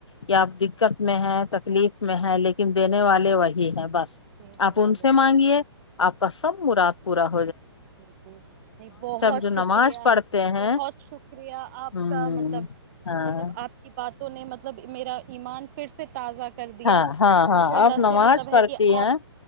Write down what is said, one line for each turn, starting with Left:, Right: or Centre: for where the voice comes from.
Left: کہ آپ دقت میں ہے تکلیف میں ہے لیکن دینے والے وہی ہیں بس
Right: دینے
Left: آپ ان
Right: والے
Left: سے
Right: بھائی
Left: مانگیے آپ کا سب نگ پورہ <unintelligible>
Right: جی جی نہیں بہت
Left: جو
Right: شکریہ
Left: نماز پڑھتے ہیں
Right: بہت شکریہ آپ
Left: ہوں
Right: کا مطلب
Left: ہاں
Right: مطلب آپ کی بات <unintelligible> تو نے مطلب میرا <unintelligible> ایمان پھر سے تازہ <unintelligible>
Left: ہاں ہاں ہاں
Right: ماشاء اللہ
Left: اب نماز
Right: سے مطلب
Left: پڑھتی
Right: ہے کہ
Left: ہیں
Right: آپ